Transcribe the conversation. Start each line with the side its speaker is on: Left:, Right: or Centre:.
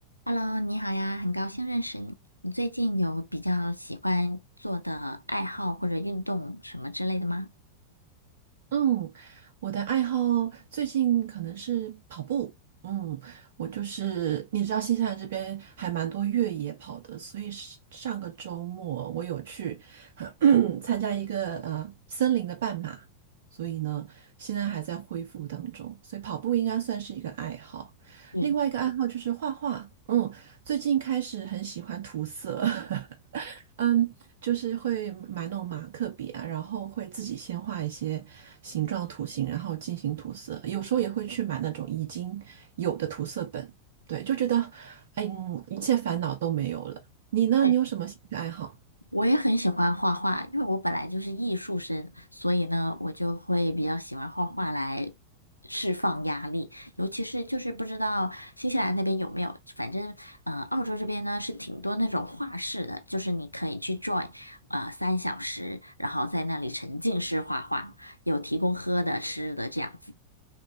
Left: Hello，你好呀，很高兴认识你。你最近有比较喜欢做的爱好或者运动什么之类的吗？
Right: 嗯，我的爱好最近可能是跑步。嗯，我就是你知道新西兰这边还蛮多越野跑的，所以是上个周末我有去 <clears throat> 参加一个呃森林的半马，所以呢现在还在恢复当中，所以跑步应该算是一个爱好。
Left: 对，
Right: 另外一个爱好就是画画，嗯，最近开始很喜欢涂色。<laughs> 嗯，就是会买那种马克笔啊，然后会自己先画一些形状图形，然后进行涂色。有时候也会去买那种已经有的涂色本，对，就觉得，哎嗯，一切烦恼都没有了。你呢？
Left: 对，
Right: 你有什么兴趣爱好？
Left: 我也很喜欢画画，因为我本来就是艺术生，所以呢，我就会比较喜欢画画来释放压力。尤其是就是不知道新西兰那边有没有，反正呃，澳洲这边呢是挺多那种画室的，就是你可以去 join，呃，三小时，然后在那里沉浸式画画，有提供喝的、吃的这样子。